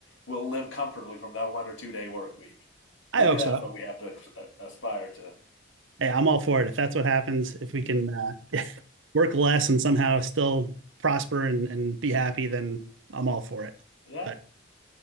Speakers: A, on the left; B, on the right.
A: we'll live comfortably from that one or two day work week.
B: I
A: Maybe
B: hope
A: that's
B: so.
A: what we have to uh, aspire to.
B: Hey, I'm all for it. If that's what happens, if we can uh, work less and somehow still prosper and, and be happy, then I'm all for it.
A: Yeah,
B: But